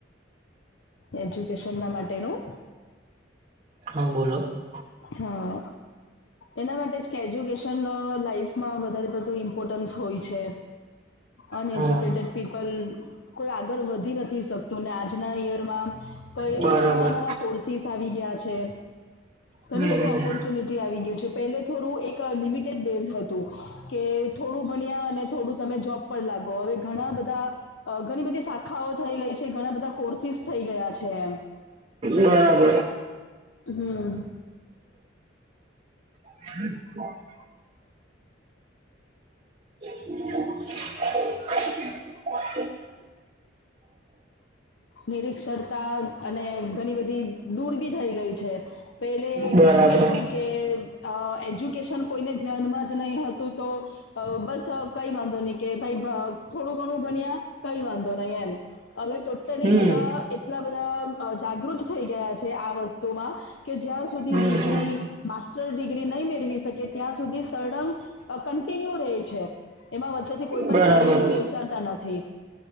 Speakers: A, on the left; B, on the right.
A: એજ્યુકેશન ના માટેનું
B: હા, બોલો.
A: હા, એના માટે જ કે એજ્યુકેશન અહ લાઈફમાં વધારે પડતું ઇન મ્પોર્ટન્સ હોય છે અનએજ્યુકેટેડ
B: હા
A: પીપલ કોઈ આગળ વધી નથી શકતું આજના ઈયર માં કઈ
B: બરાબર
A: અને નવા નવા કોર્સિસ આવી ગયા છે. ઘણી
B: હમ
A: બધી
B: હમ,
A: ઓપોર્ચ્યુનિટી આવી ગયું છે પેલે થોડું એક અહ લિમિટેડ બેઝ હતું. કે થોડું ભણ્યા અને થોડું તમે જોબ પર લાગો હવે ઘણા બધા અહ ઘણી બધી શાખાઓ થઈ ગઈ છે ઘણા બધા કોર્સિસ થઈ ગયા છે એમ.
B: યાહ વ.
A: હમ્મ.
B: <inaudible> <inaudible>
A: નિરીક્ષરતા અને ઘણી બધી દૂર બી થઈ ગઈ છે પેલે એક
B: બરાબર
A: અહ હતું કે અહ એજ્યુકેશન કોઈને ધ્યાનમાં જ નહીં હતું તો અહ બસ અહ કઈ વાંધો નહી કે ભાઈ ભ થોડું ઘણું ભણ્યા કઈ વાંધો નઈ એમ. હવે ટોટલી
B: હમ
A: બધા એટલા બધા અહ જાગૃત થઈ ગયા છે આ વસ્તુમાં કે જ્યાં સુધી
B: હમ
A: ડિગ્રી માસ્ટર ડિગ્રી નહી મેળવી શકે ત્યાં સુધી સળંગ અહ કન્ટિન્યુ રહે છે એમાં વચ્ચે થી કોઈ પણ
B: બરાબર
A: ખલેલ પહોંચડતા નથી.